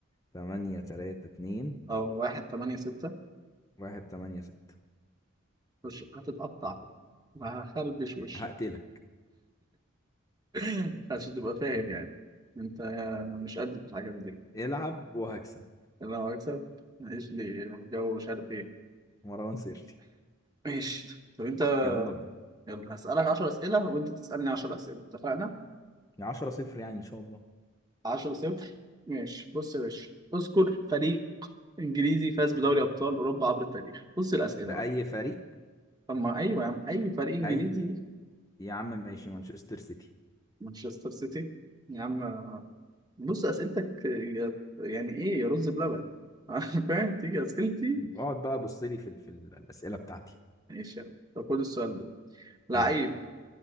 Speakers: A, on the left; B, on the right.
A: تمانية تلاتة اتنين
B: اه 1 8 6
A: واحد تمانية ستة
B: مش هتتقطع وهخربش وشك
A: هقتلك
B: <laughs> عشان تبقى فاهم يعني انت مش قد في الحاجات دي
A: العب وهكسب
B: انا لو هكسب معيش لي جو مش عارف ايه
A: مروان سيرتي
B: ماشي طب انت
A: يلا بينا
B: يلا هسألك 10 أسئلة وانت تسألني 10 أسئلة اتفقنا
A: يا عشرة صفر يعني ان شاء الله
B: 10 صفر ماشي بص يا باشا اذكر فريق انجليزي فاز بدوري ابطال اوروبا عبر التاريخ بص الأسئلة
A: ده
B: بقى
A: اي فريق
B: طب ما ايوه يا عم اي فريق انجليزي
A: اي يا عم ماشي مانشستر سيتي
B: مانشستر سيتي يا عم بص اسئلتك يا- يعني ايه يا رز بلبن <laughs> فاهم تيجي اسئلتي
A: اقعد بقى بص لي في ال... في الاسئلة بتاعتي
B: ماشي يا عم. طب خد السؤال ده لعيب
A: ايه